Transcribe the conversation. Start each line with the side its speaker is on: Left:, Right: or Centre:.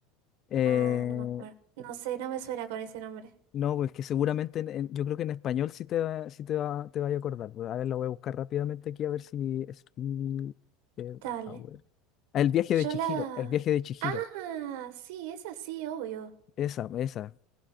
Left: Eh,
Right: Ah, no me acuerdo. No sé, no me suena con ese nombre.
Left: no, pues que seguramente en- en- yo creo que en español sí te, va- sí te, va, te vaya a acordar. pues, A ver, la voy a buscar rápidamente aquí a ver si... Speed
Right: Dale.
Left: Hour. Ah, El viaje
Right: Yo
Left: de Chihiro,
Right: la...
Left: el viaje de Chihiro.
Right: Ah, sí, es así, obvio.
Left: Esa, esa.